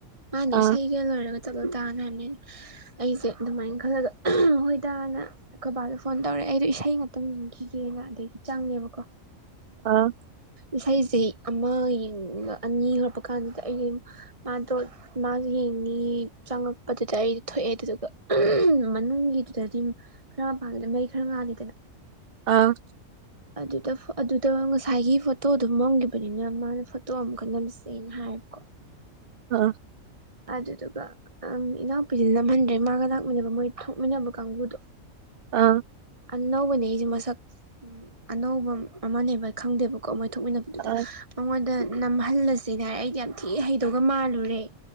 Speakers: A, on the right (about 25°); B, on the right (about 65°).
A: ꯃꯥꯗꯤ
B: ꯑꯥ
A: ꯏꯁꯩꯒ ꯂꯣꯏꯔꯒ ꯆꯠꯂꯨ ꯇꯅ ꯍꯥꯏꯕꯅꯤꯅ ꯑꯩꯁꯦ ꯑꯗꯨꯃꯥꯏꯅ ꯈꯜꯂꯒ ꯍꯣꯏꯇꯅ ꯑꯩꯈꯣꯏ ꯕꯥꯗꯣ ꯐꯣꯟ ꯇꯧꯔꯛꯑꯦ ꯑꯩꯗꯣ ꯏꯁꯩ ꯉꯥꯛꯇꯪ ꯌꯦꯡꯈꯤꯒꯦꯅ ꯑꯗꯒꯤ ꯆꯪꯉꯦꯕꯀꯣ
B: ꯑ
A: ꯏꯁꯩꯁꯦ ꯑꯃꯡ ꯑꯅꯤ ꯍꯧꯔꯛꯄ ꯀꯥꯟꯗꯨꯗ ꯑꯩ ꯃꯥꯗꯣ ꯃꯥꯁ ꯌꯦꯡꯅꯤ ꯆꯪꯉꯛꯄꯗꯨꯗꯤ ꯑꯩꯗꯤ ꯊꯣꯛꯑꯦ ꯑꯗꯨꯗꯨꯒ ꯃꯅꯨꯡꯒꯤꯗꯨꯗꯗꯤ ꯈꯔ ꯃꯄꯥꯟꯜꯂꯗ ꯃꯩ ꯈꯔ ꯉꯥꯜꯂꯤꯗꯅ
B: ꯑꯥ
A: ꯑꯗꯨꯗ ꯑꯗꯨꯗ ꯉꯁꯥꯏꯒꯤ ꯐꯣꯇꯣꯗꯣ ꯃꯝꯈꯤꯕꯅꯤꯅ ꯃꯥꯅ ꯐꯣꯇꯣ ꯑꯃꯈꯛ ꯅꯝꯁꯦꯅ ꯍꯥꯏꯌꯦꯕꯀꯣ
B: ꯑꯥ
A: ꯑꯗꯨꯗꯨꯒ ꯏꯅꯥꯎꯄꯤꯁꯤ ꯅꯝꯍꯟꯗ꯭ꯔꯦ ꯃꯥꯒ ꯂꯥꯛꯃꯤꯟꯅꯕ ꯃꯣꯏ ꯊꯣꯛꯃꯤꯟꯅꯕ ꯀꯥꯡꯕꯨꯗꯣ
B: ꯑꯥ
A: ꯑꯅꯧꯕꯅꯦ ꯑꯩꯁꯦ ꯃꯁꯛ ꯑꯅꯧꯕ ꯑꯃꯅꯦꯕ ꯈꯪꯗꯦꯕꯀꯣ ꯃꯣꯏ ꯊꯣꯛꯃꯤꯟꯅꯕ
B: ꯑꯥ
A: ꯑꯩꯉꯣꯟꯗ ꯅꯝꯍꯜꯂꯁꯤꯅꯦ ꯍꯥꯏꯔꯦ ꯑꯩꯗꯤ ꯌꯥꯝ ꯊꯤ ꯍꯩꯗꯣꯛꯑꯒ ꯃꯥꯜꯂꯨꯔꯦ